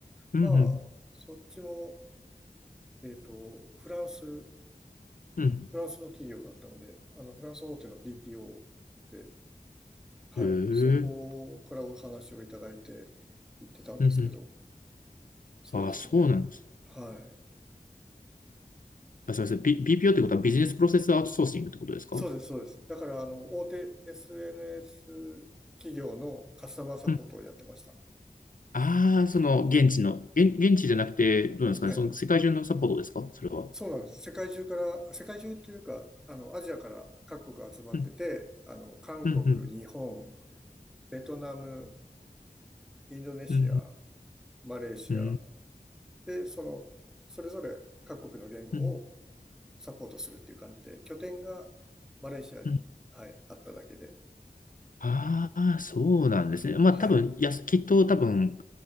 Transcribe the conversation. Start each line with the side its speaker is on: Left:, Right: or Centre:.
Left: うん、
Centre: まあ、そっちも、えっと、フランス、フ
Left: うんうん、うん。
Centre: ランスの企業だったので、あの、フランス大手の BPO はい。
Left: へえ、うん
Centre: そこからお話をいただいて行ってたんですけど、
Left: うん。
Centre: そうですね。
Left: ああ、そうなんです。
Centre: はい。
Left: あ、そうです。B- BPO ってことはビジネスプロセスアウトソーシングってことですかう
Centre: そうです、そうです。だから、あの、大手 SNS 企業のカスタマーサポートをやってました。
Left: ん。ああ、その現地の、現、現地じゃなくて、どうなんですかね。
Centre: はい。
Left: その世界中のサポートですかそれは。
Centre: そうなんです。世界中から、世界中っていうか、あの、アジアから各国集まってて、
Left: うん、
Centre: あの、韓国、
Left: うん、うん、
Centre: 日本、ベトナム、インドネシア、
Left: うん、
Centre: マレーシア、
Left: う
Centre: で、その、それぞれ各国の言語を
Left: ん、
Centre: サポートするっていう感じで、拠点がマレーシアに、
Left: うん。
Centre: はい、あっただけで。
Left: ああそうなんですね。まあ多分、
Centre: はい。
Left: やす、きっと多分、